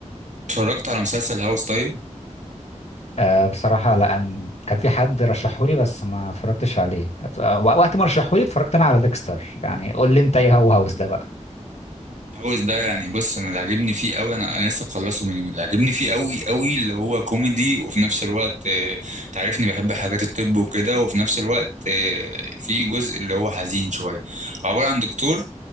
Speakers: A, on the right; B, on the left.
A: اتفرجت على مسلسل هاوس طيب
B: آه بصراحة لان كان في حد رشحولي بس ما اتفرجتش عليه آه، وقت ما رشحولي اتفرجت انا على ديكستر يعني قول لي انت ايه هو هاوس ده بقى
A: هاوس ده يعني بص انا اللي عاجبني فيه قوي انا انا لسه مخلصه من يومين اللي عاجبني فيه قوي قوي اللي هو كوميدي وفي نفس الوقت آه، تعرفني بحب حاجات الطب وكده وفي نفس الوقت آه، في جزء اللي هو حزين شويه عباره عن دكتور